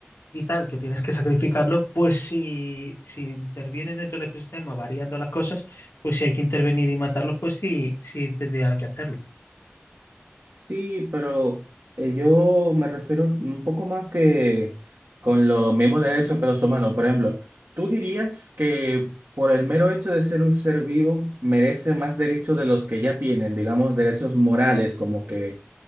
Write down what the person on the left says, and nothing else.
y tal, que tienes que sacrificarlo, pues si, si intervienen dentro del ecosistema variando las cosas, pues si hay que intervenir y matarlos, pues sí, sí tendría que hacerlo.